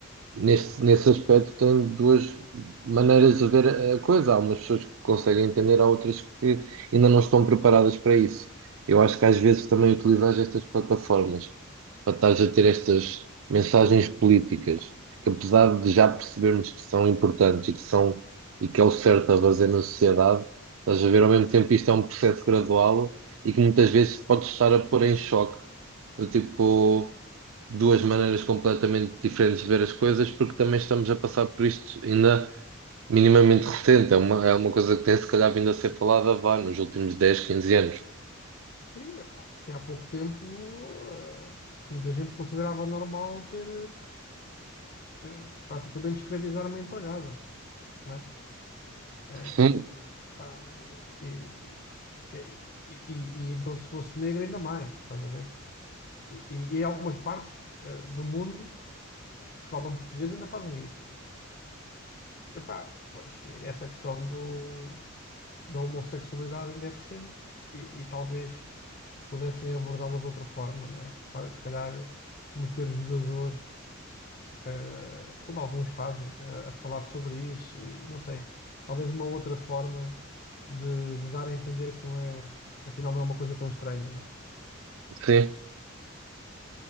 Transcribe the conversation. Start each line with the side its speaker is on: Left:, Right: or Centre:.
Right: Nesse, nesse aspecto, tem duas maneiras de ver a coisa. Há umas pessoas que conseguem entender, há outras que ainda não estão preparadas para isso. Eu acho que às vezes também utilizas estas plataformas para estares a ter estas mensagens políticas, que apesar de já percebermos que são importantes e que são, e que é o certo a fazer na sociedade, estás a ver ao mesmo tempo isto é um processo gradual e que muitas vezes pode estar a pôr em choque, do tipo duas maneiras completamente diferentes de ver as coisas, porque também estamos a passar por isto ainda minimamente recente. É uma, é uma coisa que tem se calhar vindo a ser falada, vá, nos últimos dez quinze anos.
Left: Sim, epá, até há pouco tempo, eh, muita gente considerava normal ter eh, eh, praticamente escravizar uma empregada, não é? Eh,
Right: Hum,
Left: pá, e, e- que- é, e- e- e então, se fosse negra, ainda mais, estás a ver? E, e, e há algumas partes eh, do mundo que se falam português ainda fazem isso. Eh, epá, pois, essa questão do, da homossexualidade ainda é recente e, e talvez. pudessem abordá-lo de outra forma, não é? Claro, Se calhar meter os jogadores, eh, como alguns fazem, eh, a falar sobre isso e não sei, talvez uma outra forma de, de dar a entender que não é, afinal não é uma coisa tão estranha, não é?
Right: sim.